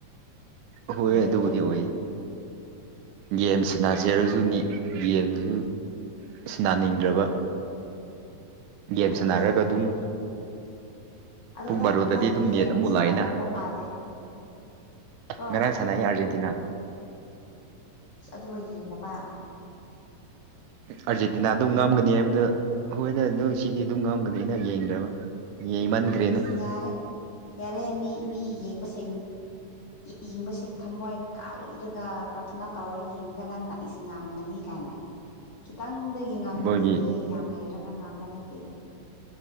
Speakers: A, on the right; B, on the left.
A: ꯍꯣꯏ
B: ꯅꯦꯠ
A: ꯑ ꯑꯗꯨꯕꯨꯗꯤꯤ
B: ꯂꯣ
A: ꯑꯣꯏꯣꯏ ꯒꯦꯝꯁ ꯅꯥ ꯆꯦꯔꯁꯨ ꯒꯦꯝꯁꯨ ꯑ ꯅꯥꯅꯤꯡꯗ꯭ꯔꯕ ꯒꯦꯝ
B: ꯑꯠꯆꯥ
A: ꯁꯥꯟꯅꯔꯒ ꯑꯗꯨꯝ
B: ꯑꯗꯣ
A: ꯄꯨꯡ
B: ꯅꯪ
A: ꯕꯥꯔꯣꯗꯗꯤ
B: ꯅꯪꯒꯤ
A: ꯑꯗꯨꯝ
B: ꯐꯦꯟ
A: ꯅꯦꯠ ꯑꯃꯨꯛ
B: ꯁꯥꯟꯅꯗꯕ
A: ꯂꯥꯛꯑꯦꯅ
B: ꯃꯥꯜꯂꯦ ꯀꯣ
A: ꯉꯔꯥꯡ ꯁꯥꯟꯅꯩ ꯑꯥꯔꯖꯦꯟꯇꯤꯅꯥ
B: ꯁ ꯑꯗꯨꯒ ꯌꯦꯡꯗꯕ
A: ꯑꯥꯔꯖꯦꯟꯇꯤꯅꯥ ꯑꯗꯨꯝ ꯉꯝꯒꯅꯤ ꯍꯥꯏꯕꯗ ꯍꯣꯏꯗ ꯑꯗꯨꯝ ꯁꯤꯗꯤ ꯑꯗꯨꯝ ꯉꯥꯝꯒꯅꯤꯅ ꯌꯦꯡꯗ꯭ꯔꯕ ꯌꯦꯡꯃꯟꯈ꯭ꯔꯦꯅ
B: ꯏꯁ ꯌꯥꯔꯦ ꯌꯥꯔꯦ ꯃꯤ ꯃꯤ ꯌꯦꯡꯕ ꯁꯦꯡ ꯏꯤꯡꯕꯁꯤꯡ ꯊꯝꯃꯣꯏ ꯀꯥꯏꯔꯒ ꯄ꯭ꯔꯊꯅꯥ ꯇꯧꯔ ꯌꯦꯡꯉꯒ ꯅꯪꯅꯏꯁꯤ ꯉꯥꯝꯒꯅꯤ ꯀꯥꯏꯅ ꯈꯤꯇꯪꯗꯒꯤ ꯉꯥꯝꯃꯤꯅꯤꯅꯦꯍꯦ
A: ꯃꯣꯏꯒꯤ
B: ꯌꯥꯝ ꯍꯩꯔꯒ ꯉꯝꯕ ꯅꯠꯇꯦ